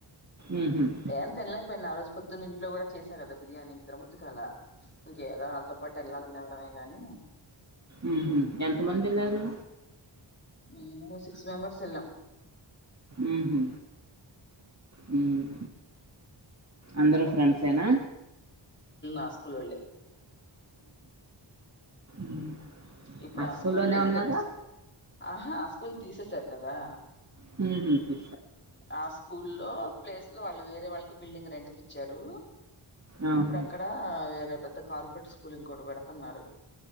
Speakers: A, on the right; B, on the left.
A: మ్మ్హ్మ్.
B: ఏం తినలేకపోయినా ఆ రోజు పొద్దున్న ఇంట్లో కూడా చేసా కదా బిర్యానీ తిన బుద్ది కలా ఇంకేదో వాళ్ళతో పాటు వెళ్ళాలని వెళ్డమే గాని
A: ఉహు ఎంత మంది ఏల్లరు
B: మీము సిక్స్ మెంబెర్స్ ఏమో
A: ఉహు మ్మ్ అందరు ఫ్రెండ్సేనా
B: ఆ స్కూల్ వాళ్ళే
A: మ్మ్.
B: ఇప్పుడు ఆ
A: స్కూల్లోనే
B: స్కూల్ లో ఇంకొక
A: ఉన్నారా
B: ఆహా ఆ స్కూల్ తీసేసారు కదా
A: తినిపిద్దు
B: ఆ స్కూల్లో ప్లేస్ లో వాళ్ళు వేరే వాళ్ళు కి బిల్డింగ్ రెంట్ కి ఇచ్చారు
A: అవును.
B: ఇప్పుడు అక్కడ వేరే పెద్ద కార్పొరేట్ స్కూల్ ఇంకొటి పెడతున్నారు